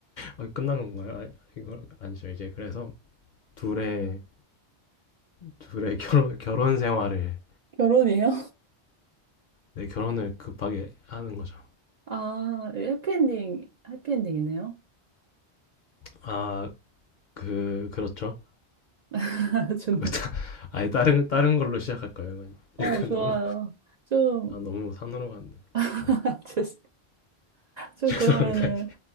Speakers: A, on the left (about 55°); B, on the right (about 55°).
A: 아, 끝난 건가요? 아, 이거 아니죠. 이제 그래서 둘의 둘의 결혼 결혼 생활을
B: 결혼이에요?
A: 네, 결혼을 급하게 하는 거죠.
B: <laughs> 아, 해피엔딩, 해피엔딩이네요.
A: 아, 그 그렇죠.
B: <laughs> 좋네.
A: <laughs> 아예 다른 다른 걸로 시작할 거예요.
B: 어,
A: 약간
B: 좋아요.
A: 너무
B: 좀,
A: 아 너무 산으로 갔는데.
B: <laughs>
A: 네.
B: 죄송- 좀
A: 죄송합니다.
B: 그러면은,